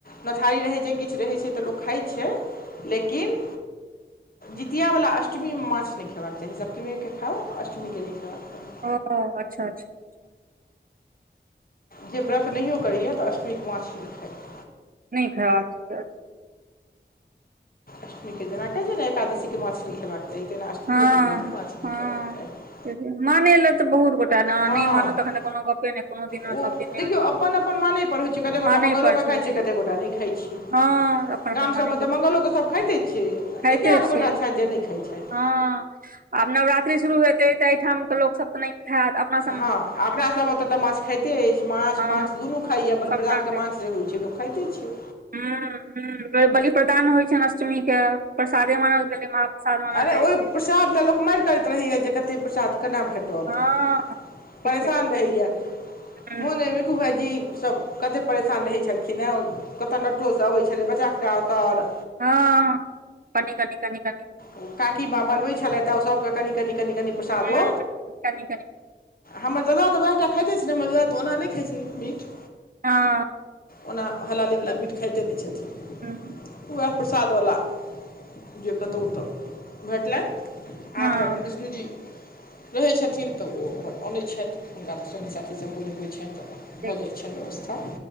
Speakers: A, on the left (about 50°); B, on the right (about 50°).
A: मथारी रहै छैय किछु रहै छैय तऽ लोक खाइ छैय लेकिन जितिया वला अष्टमीमे माछ नहि खेबाक चाही सप्तमीके खाउ अष्टमीके नहि खेबाक चाही।
B: ओ अच्छा अच्छा। अच्छा
A: जे व्रत नहियो करैया तऽ अष्टमीक माछ नहि खाइत।
B: नहि <unintelligible>
A: अष्टमी के जेना कहै छैय ने एकादशी के माछ नहि खेबाक चाही। तहिना अष्टमियोके
B: हँ
A: कहै छै माछ नहि
B: हँ
A: खेबाक चाही
B: माने ला तऽ बहुत गोटा ने
A: हँ
B: नहि मानब तखन त कोनो गपे नहि। कोनो दिना
A: ओ
B: सब दिने
A: देखियौ
B: लोक
A: अपन अपन माने पर होइत छैय कते गोटा
B: मानै
A: मंगलोके
B: पर छै
A: खाइत
B: होइ
A: छैय
B: छै
A: कतेक गोटा नहि खाइत छियै।
B: हँ अपन अपन
A: गामसभमे
B: मानै
A: तऽ
B: भेल,
A: मांगलो के सभ खाइते छियै
B: खाइते
A: एके आध
B: छै
A: गोटा छैय जे नहि खाइत छथि।
B: हँ आब नवरात्रि शुरू हेतै तऽ एहिठामकेऽ लोक सब नहि खायत अपन
A: हँ अपनासभ ओतय तऽ माछ खाइते अछि माछ
B: हँ
A: मास दुनू खाइए बलिप्रदानके
B: सबटा
A: मास जे होइत छैय। खाइते छीयै
B: हू ह बलि प्रदान होइ छनि अष्टमी के प्रसादे मानल गेलय मह प्र्रसाद मानल
A: ओय
B: जाइ छै
A: प्रसाद ल म करैत रहैय कतसाद के भेटत
B: हँ ठीके
A: परेश रहैया
B: हूं
A: मोन खू भइजी सब कते परेशान रहै छलखिन हँ कतय नव टोल सँ अबै छलै बच्चा का तर
B: हँ कनी कनी कनी कनी
A: ओ काकी माँ बनबै छलथि त सभके कनि कनि कनि प्रसादो
B: हूं कनि कनि
A: हमर दादा तऽ उएह टा खाइत छै ने हमर दादा तऽ ओना नहि खाइत छी मीठ
B: हँ
A: ओना हलालीवला मीट खाइते नहि छथिन
B: हूँ
A: उएह प्रसादवला जे कहतहुँ ओ तऽ भेटलनि आ
B: हँ
A: त अपन विष्णु जी रहै छथिन तऽ ओ अपन अनैत छथि हुनका तऽ संगी साथीसभ कोइ नहि होइ छनि तऽ अपन
B: ठीक
A: भऽ जा छ व्यवस्था